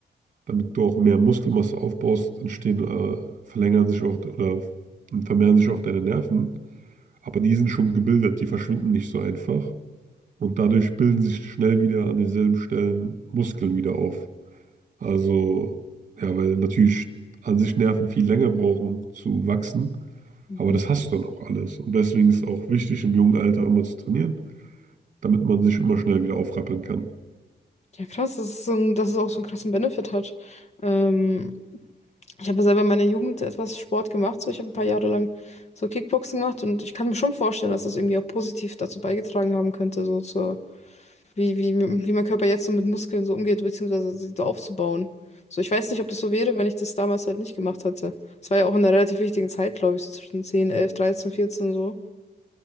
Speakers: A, on the right; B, on the left.
A: damit du auch mehr Muskelmasse aufbaust, entstehen, äh, verlängern sich auch oder vermehren sich auch deine Nerven. Aber die sind schon gebildet, die verschwinden nicht so einfach. Und dadurch bilden sich schnell wieder an denselben Stellen Muskeln wieder auf. Also, ja, weil natürlich an sich Nerven viel länger brauchen zu wachsen,
B: Mhm.
A: aber das hast du dann auch alles. Und deswegen ist es auch wichtig, im jungen Alter immer zu trainieren, damit man sich immer schnell wieder aufrappeln kann.
B: Ja, krass, das ist so ein, dass es auch so einen krassen Benefit hat. Ähm, ich habe selber in meiner Jugend etwas Sport gemacht, so ich habe ein paar Jahre lang so Kickboxen gemacht und ich kann mir schon vorstellen, dass das irgendwie auch positiv dazu beigetragen haben könnte, so zur wie, wie, wie mein Körper jetzt so mit Muskeln so umgeht, beziehungsweise sie so aufzubauen. So, ich weiß nicht, ob das so wäre, wenn ich das damals halt nicht gemacht hätte. Es war ja auch in einer relativ wichtigen Zeit, glaube ich, so zwischen zehn elf dreizehn vierzehn so.